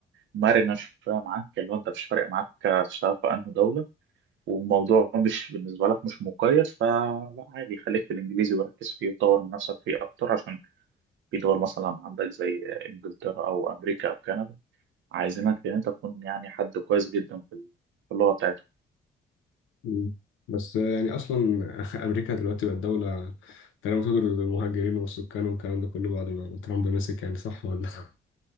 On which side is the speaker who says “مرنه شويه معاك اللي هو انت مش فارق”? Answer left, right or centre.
Right